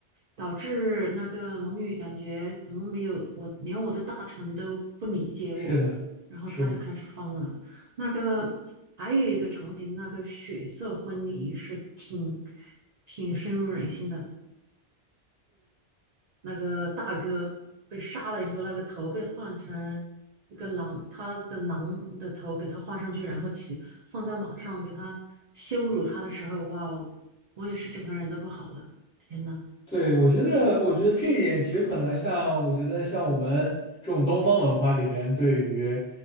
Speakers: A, on the right; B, in the centre.
A: 导致那个龙女感觉怎么没有我，连我的大臣都不理解我，
B: 是的。
A: 然后他就开始疯了。
B: 是，
A: 那个还有一个场景，那个血色婚礼是挺挺深入人心的。那个大哥被杀了以后，那个头被换成一个狼，他的狼的头给他换上去，然后骑放在马上给他羞辱他的时候，哇哦，我也是整个人都不好了，天呐！
B: 对，我觉得，我觉得这一点其实可能像，我觉得像我们这种东方文化里边，对于，